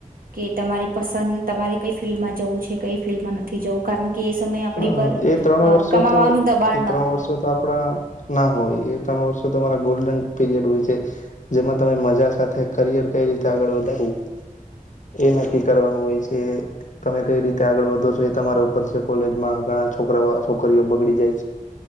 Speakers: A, on the right (about 85°); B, on the left (about 60°).
A: કે તમારી પસંદ તમારે કઈ ફિલ્ડમાં જવું છે, કઈ ફિલ્ડમાં નથી જવું કારણ કે એ સમયે આપણી
B: અ
A: પર
B: એ ત્રણ
A: અ
B: વર્ષો
A: કમાવાનું
B: તો
A: દબાણ
B: એ ત્રણ
A: ન હોય
B: વર્ષો તો આપણા ના હોય એ ત્ર ણ વષૉ તમારા ગોલ ડન પિરિયડ હોય છે, જેમાં તમે મજા સાથે કરિયર કઈ રીતે આગળ વધારવું એ નક્કી કરવાનું હોય છે, તમે કઈ રીતે આગળ વધો છો એ તમારા ઉપર છે. કોલેજમાં ઘણા છોકરાઓ છોકરીઓ બગડી જાય છે.